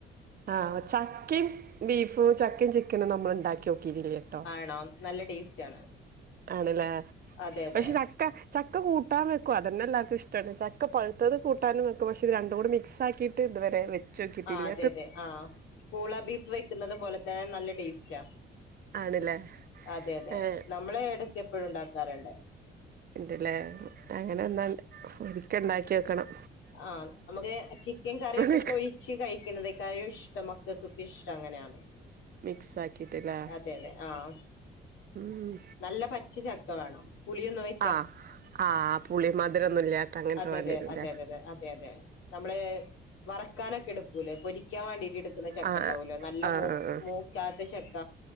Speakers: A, on the right; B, on the left.
A: ആഹ് ചക്കിം ബീഫും ചക്കിം ചിക്കനും നമ്മൾ ഇണ്ടാക്ക്യോട്ടില്ല ട്ടോ
B: ആണോ നല്ല ടേസ്റ്റ് ആണ്
A: ആണ്ലേ
B: അതെ അതെ
A: പക്ഷെ ചക്ക ചക്ക കൂട്ടാ വെക്കും അതന്നെ എല്ലാർക്കും ഇഷ്ട്ടാണ് ചക്ക പഴുത്തത് കൂട്ടാൻ വെക്കും പക്ഷെ ഇത് രണ്ടും കൂടി മിക്സാക്കി ട്ട് ഇതുവരെ വെച്ച്യോക്കിട്ടില്ല
B: ആ അതെ ആഹ് പൂള ബീഫ് വെക്ക്ന്നത് പോലതേ നല്ല ടേസ്റ്റാ
A: ആണല്ലേ
B: അതെ അതെ
A: ഏഹ്
B: നമ്മളെ എടക്ക് എപ്പഴും ഇണ്ടാക്കാറ്ണ്ട്
A: ഇണ്ട്ലേ അങ്ങനെന്നാൽ ഒരിക്ക ഇണ്ടാക്ക്യോക്കണം
B: ആഹ് നമ്മക്ക് ചിക്കൻ കറിയൊക്കെ
A: വെക്കും
B: ഒഴിച്ച് കഴിക്കണതെക്കായും ഇഷ്ടം മക്കക്കൊക്കെ ഇഷ്ടം അങ്ങനെയാണ്
A: മിക്സ് ആക്കിട്ടില്ലേ
B: അതെ അതെ ആഹ്
A: ഉം
B: നല്ല പച്ച ചക്ക വാണം പുളിയൊന്നും വെ
A: ആഹ് ആഹ് പുളി മധുരൊന്നില്ലാത്ത അങ്ങൻത്ത
B: അതെ
A: വേണ്ട്യാരുംലെ
B: അതെ അതെ അതെ അതെ അതെ അതെ നമ്മള് വറക്കാനൊക്ക എടുക്കൂലേ പൊരിക്കാൻ വേണ്ടീട്ട് എ ട്ക്ക്ന്ന ചക്ക
A: ആഹ്
B: ഇണ്ടാവൊലൊ നല്ല
A: ആഹ് ആഹ്
B: മൂക്കാത്ത ചക്ക